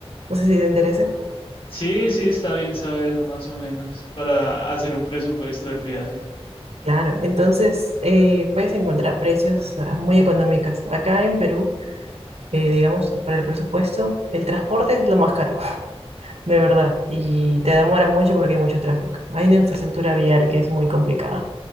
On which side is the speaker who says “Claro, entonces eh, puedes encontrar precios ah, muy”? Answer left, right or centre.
Right